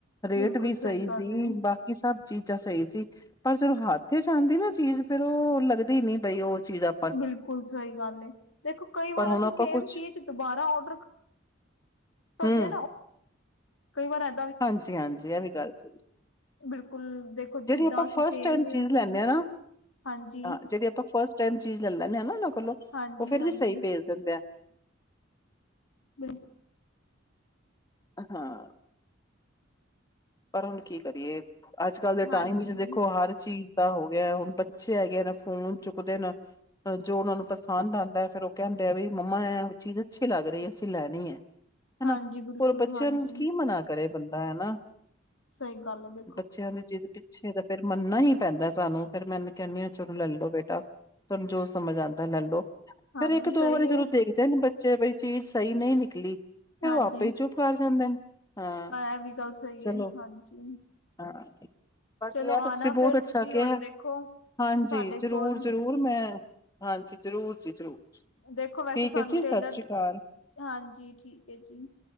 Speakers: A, on the left; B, on the left.
A: ਰੇਟ
B: ਬਿਲਕੁਲ
A: ਵੀ ਸਹੀ
B: ਗੱਲ
A: ਸੀ
B: ਏ
A: ਬ ਕਿ ਸਭ ਚੀਜ਼ਾਂ ਸਹੀ ਸੀ ਪਰ ਜਦੋਂ ਹੱਥ 'ਚ ਆਂਦੀ ਨਾ ਚੀਜ਼ ਫੇਰ ਉਹ ਲੱਗਦੀ ਨੀ ਬਈ ਉਹ ਚੀਜ਼ ਆ
B: ਬਿਲਕੁਲ ਸਹੀ ਗੱਲ ਏ ਦੇਖੋ ਕਈ
A: ਪਰ
B: ਵਾਰ
A: ਹੁਣ
B: ਅਸੀਂ
A: ਆਪਾਂ
B: ਸੇਮ
A: ਕੁਛ
B: ਚੀਜ਼ ਦੁਬਾਰਾ ਔਡਰ ਕਰਦੇ
A: ਹਮ
B: ਨਾ ਉਹ ਕਈ ਵਾਰ ਇ
A: ਹਾਂਜੀ- ਹਾਂਜੀ ਇਹ ਵੀ ਗੱਲ ਸਹੀ।
B: ਬਿਲਕੁਲ ਦੇਖੋ
A: ਜਿਹੜੀ
B: ਜਿੱਦਾਂ
A: ਆਪਾਂ
B: ਅਸੀਂ
A: ਫਸਟ
B: ਸੇਮ
A: ਟਾਈਮ
B: ਹੀ
A: ਚੀਜ਼
B: ਉੱਥੋਂ
A: ਲੈਂਦੇ
B: ਦੀ
A: ਆ ਨਾ।
B: ਹਾਂਜੀ।
A: ਹਾਂ ਜਿਹੜੀ ਆਪਾਂ ਫਸਟ ਟਾਈਮ ਚੀਜ਼ ਲੈ ਲੈਂਦੇ ਹਾਂ ਨਾ ਉਹਨਾਂ ਕੋਲੋਂ
B: ਹਾਂਜੀ-ਹਾਂਜੀ
A: ਉਹ ਫੇਰ ਵੀ ਸਹੀ ਭੇਜ ਦਿੰਦੇ ਆ।
B: ਬਿਲ
A: ਹਾਂ। ਪਰ ਹੁਣ ਕੀ ਕਰੀਏ ਅੱਜ ਕੱਲ ਦੇ
B: ਹਾਂਜੀ।
A: ਟਾਈਮ ਵਿੱਚ ਦੇਖੋਂ ਹਰ ਚੀਜ਼ ਪਤਾ ਹੋ ਗਿਆ ਹੁਣ ਬੱਚੇ ਹੈਗੇ ਨੇ ਫੋਨ ਚੁੱਕਦੇ ਨੇ ਜੋ ਉਹਨਾਂ ਨੂੰ ਪਸੰਦ ਆਉਦਾ ਐ ਫੇਰ ਉਹ ਕਹਿੰਦੇ ਆ ਬਈ ਮੰਮਾ ਐ ਉਹ ਚੀਜ਼ ਅੱਛੀ ਲੱਗ ਰਹੀ ਐ ਅਸੀਂ ਲੈਣੀ ਐ। ਹਨਾ
B: ਹਾਂਜੀ ਬਿਲਕੁਲ
A: ਹੋਰ ਬੱਚਿਆਂ
B: ਹਾਂਜੀ
A: ਨੂੰ ਕੀ ਮਨਾ ਕਰੇ ਬੰਦਾ ਹਨਾ।
B: ਸਹੀ ਗੱਲ ਐ ਦੇ
A: ਬੱਚਿਆਂ ਦੇ ਜਿਦ ਪਿੱਛੇ ਤਾਂ ਫੇਰ ਮੰਨਨਾ ਹੀ ਪੈਂਦਾ ਸਾਨੂੰ ਫੇਰ ਮੈਂ ਇਹਨੂੰ ਕਹਿੰਦੀ ਹ ਚਲੋ ਲੈ ਲੋ ਬੇਟਾ ਤੁਹਾਨੂੰ ਜੋ ਸਮਝ ਆਉਂਦਾ ਲੈ ਲੋ।
B: ਹਾਂਜੀ
A: ਫਿਰ ਇੱਕ ਦੋ
B: ਸਹੀ
A: ਵਾਰੀ ਜਦੋਂ
B: ਹੈ
A: ਦੇਖਦੇ ਬੱਚੇ ਬਈ ਚੀਜ਼ ਸਹੀ ਨਹੀਂ ਨਿਕਲੀ। ਫਿਰ
B: ਹਾਂਜੀ
A: ਉਹ ਆਪੇ ਹੀ ਚੁੱਪ ਕਰ ਜਾਂਦੇ ਨੇ ਹਾਂ।
B: ਇਹ ਵੀ ਗੱਲ ਸਹੀ
A: ਚਲੋਂ
B: ਹੈ ਹਾਂਜੀ
A: ਹਾਂ ਹਾਂਜੀ
B: ਚਲੋ
A: ਇਹ
B: ਆਣਾ
A: ਸਕੂਟ
B: ਫੇਰ
A: ਅੱਛਾ
B: ਤੁਸੀਂ
A: ਗਿਆ
B: ਹੁਣ ਦੇਖੋ
A: ਹਾਂਜੀ
B: ਸਾਡੇ
A: ਜ਼ਰੂਰ
B: ਕੋਲ
A: ਜ਼ਰੂਰ ਮੈਂ ਹਾਂਜੀ ਜ਼ਰੂਰ ਜੀ ਜ਼ਰੂਰ।
B: ਦੇਖੋ ਵੈਸੇ
A: ਠੀਕ
B: ਸਾਨੂੰ
A: ਹੈ ਜੀ
B: ਟੇਲਰ
A: ਸਤਿ ਸ਼੍ਰੀ ਅਕਾਲ
B: ਹਾਂਜੀ ਠੀਕ ਐ ਜੀ।